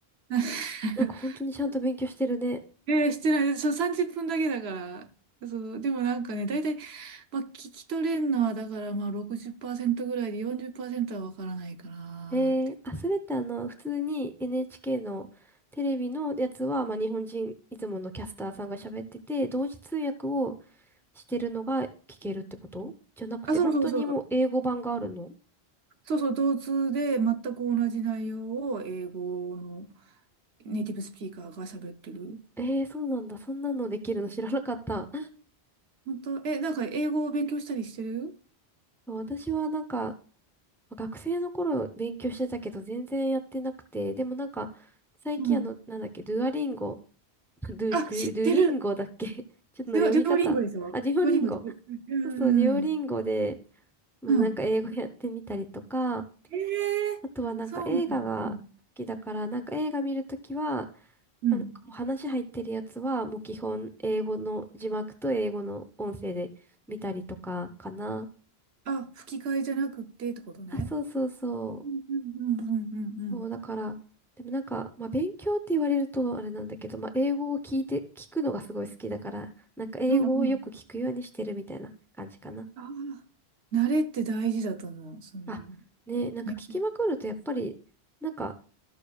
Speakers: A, on the right (about 75°); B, in the centre.
A: <laughs>
B: なんか本当にちゃんと勉強してるね。
A: えー、してない。そう、30分だけだから。そう、でもなんかね、だいたい、まあ、聞き取れるのは、だから、まあ、60%ぐらいで40%はわからないかなって。
B: えー、あ、それってあの、普通に NHK のテレビのやつは、まあ、日本人、いつものキャスターさんが喋ってて、同時通訳をしてるのが聞けるってことじゃなくて、
A: あ、そうそうそう。
B: 本当にもう英語版があるの
A: そうそう、同通で全く同じ内容を英語のネイティブスピーカーが喋ってる。
B: えー、そうなんだ。そんなのできるの知らなかった。
A: 本当、え、なんか英語を勉強したりしてる
B: そう私はなんか、学生の頃勉強してたけど、全然やってなくて、でもなんか、最近あの、
A: うん。
B: なんだっけ、ドゥアリンゴ、<laughs> ドゥ、
A: あ、
B: ドゥ、
A: 知ってる。
B: ドゥリンゴだっけ <laughs> ちょっと読み方。
A: デュオ、デュオリンゴですよ。
B: あ、デュオリンゴ。
A: デュオリンゴで。うん。
B: そうそう、デュオリンゴで、まあなんか英語やってみたりとか、
A: うん。ええー、
B: あとはなんか映画が好きだから、
A: そうなの。うん。
B: なんか映画見るときは、
A: うん
B: まあ、なんかもう話入ってるやつは、もう基本英語の字幕と英語の音声で見たりとかかな。
A: あ、吹き替えじゃなくってってことね。
B: あ、そうそうそう。
A: うんうんうんうんうんうん。
B: そう、だから、でもなんか、まあ勉強って言われるとあれなんだけど、まあ英語を聞いて、聞くのがすごい好きだから、なんか英語をよく聞くようにしてるみたいな感じかな。
A: うんうん。ああ、慣れって大事だと思う。そういう。
B: あ、ねえ、なんか聞きまくるとやっぱり、
A: ね。
B: なんか